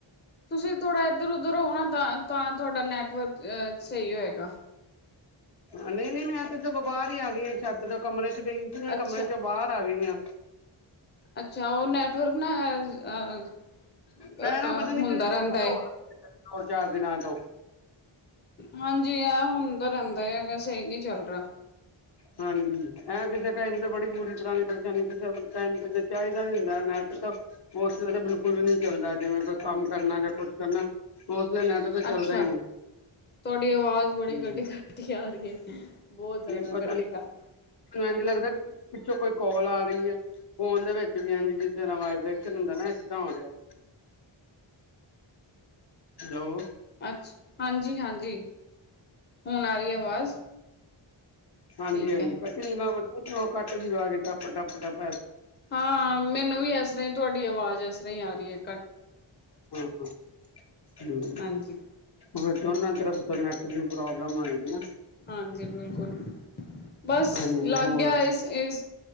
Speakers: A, on the left (about 20°); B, on the left (about 55°).
A: ਤੁਸੀਂ ਥੋੜ੍ਹਾ ਇੱਧਰ ਉਧਰ ਹੋ ਨਾ ਤਾਂ ਤਾਂ ਤੁਹਾਡਾ ਨੈਟਵਰਕ ਸਹੀ ਹੋਏਗਾ।
B: ਨਹੀਂ ਨਹੀਂ ਮੈਂ ਤੇਥ ਬਾਹਰ ਹੀ ਆ ਗਈ ਛੱਤ ਤੋਂ ਕਮਰੇ ਗਈ ਸੀ ਮੈਂ
A: ਅੱਛਾ।
B: ਕਮਰੇ ਚੋਂ ਬਾਹਰ ਆ ਗਈ ਹਾਂ।
A: ਅੱਛਾ, ਉਹ ਨੈਟਵਰਕ ਨਾ ਹੈ ਅ
B: ਇਹ
A: ਅਹ
B: ਨਾ ਪਤਾ ਨੀ
A: ਹੁੰਦਾ
B: ਕੋਈ ਦਿੱਕਤ
A: ਰਹਿੰਦਾ ਹੈ,
B: ਹੋ ਰਹੀ ਹੈ ਦੋ ਚਾਰ ਦਿਨਾਂ ਤੋਂ
A: ਹਾਂਜੀ, ਆ ਹੁ ਦਾ ਰਹਿੰਦਾ ਹੈਗਾ ਸਹੀ, ਨਹੀਂ ਚੱਲ ਰਿਹਾ।
B: ਹਾਂਜੀ, ਐ ਕਿਸੇ ਟਾਈਮ ਤੇ ਬੜੀ ਬੁਰੀ ਤਰ੍ਹਾਂ ਦੀ ਪਰੇਸ਼ਾਨੀ ਕਿਸੇ ਟਾਈਮ ਤੇ ਚਾਹੀਦਾ ਵੀ ਹੁੰਦਾ, ਨੈਟ ਤਾਂ ਉਸ ਤਾਂ ਬਿਲਕੁਲ ਵੀ ਨੀ ਚੱਲਦਾ ਜਿਵੇਂ ਕੋਈ ਕੰਮ ਕਰਨਾ ਜਾਂ ਕੁੱਛ ਕਰਨਾ ਉਸ ਵੇਲੇ ਨੈਟ ਤਾਂ ਚੱਲਦਾ
A: ਅੱਛਾ,
B: ਹੀ ਨਹੀਂ
A: ਤੁਹਾਡੀ ਆਵਾਜ਼ ਬੜੀ ਕੱਟੀ-
B: ਹੂੰ
A: ਕੱਟੀ ਆ ਰਹੀ ਬਹੁਤ ਜ਼ਿਆਦਾ
B: ਹ
A: ਕੱਟੀ ਆ ਰਹੀ।
B: ਮੈਨੂੰ ਨੂੰ ਲੱਗਦਾ ਪਿੱਛੋਂ ਕੋਈ ਕਾਲ ਆ ਰਹੀ ਹੈ, ਫੋਨ ਦੇ ਵਿੱਚ ਵੀ ਹ ਜਿਸ ਤਰ੍ਹਾਂ ਵਾਈਬੇਸ਼ਨ ਹੁੰਦਾ ਨਾ ਇਸ ਤਰ੍ਹਾਂ ਹੋ ਰਿਹਾ। ਹੈਲੋ।
A: ਅੱਛ, ਹਾਂਜੀ-ਹਾਂਜੀ। ਹੁਣ ਆ ਰਹੀ ਆਵਾਜ਼।
B: ਹਾਂਜੀ-ਹਾਂਜੀ
A: ਠੀਕ ਹੈ
B: ਕਟਿ ਨਾ ਕੱਟਦੀ ਆਾਜ ਡੱਪ ਟੱਪ ਟੱ <unintelligible>
A: ਹਾਂ, ਮੈਨੂੰ ਵੀ ਇਸ ਤਰ੍ਹਾਂ ਹੀ ਤੁਹਾਡੀ ਆਵਾਜ਼ ਏਸ ਸਾਈ ਅਰੀ ਐ
B: ਹਮ
A: ਹਾਂਜੀ
B: ਮ ਦੋਨਾਂ ਤਰਫ <unintelligible> ਨੈਟ ਦੀ ਪ੍ਰੋਬਲਮ ਹੋਏਗੀ ਨਾ।
A: ਹਾਂਜੀ, ਬਿਲਕੁਲ। ਬਸ
B: ਹਾਂਜੀ
A: ਲੱਗ
B: ਹੋਰ
A: ਗਿਆ ਇਸ, ਇਸ